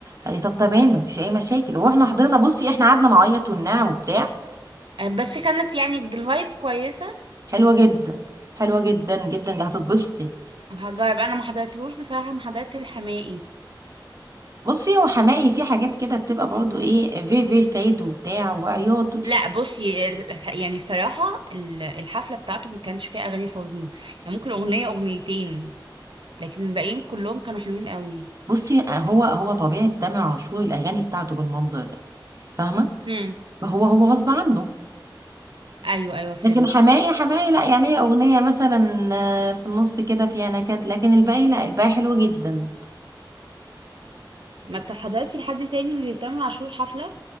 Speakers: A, on the right; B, on the right.
A: قال لي طب تمام مفيش اي مشاكل ورحنا حضرنا بصي احنا قعدنا نعيط وننعم وبتاع
B: آه، بس كانت يعني الفايب كويسة
A: حلوه جدا حلوه جدا جدا اللي هتتبسطي
B: هجرب أنا ما حضرتلوش بصراحة ما حضرت الحماقي
A: بصي هو حماقي في حاجات كده بتبقى برضه ايه فيري فيري سيد وبتاع وعياط
B: لا بصي ال- يعني صراحة ال- الحفلة بتاعته ما كانش فيها أغاني حزن يعني ممكن أغنية أغنيتين لكن الباقيين كلهم كانوا حلوين قوي
A: بصي هو هو طبيعه تامر عاشور الاغاني بتاعته بالمنظر ده فاهمه
B: امم
A: فهو هو غصب عنه
B: ايوه ايوه فهمت
A: لكن حماقي حماقي لا يعني هي اغنيه مثلا آه، في النص كده فيها نكد لكن الباقي لا الباقي حلو جدا
B: ما انت حضرتي لحد تاني غير تامر عاشور الحفله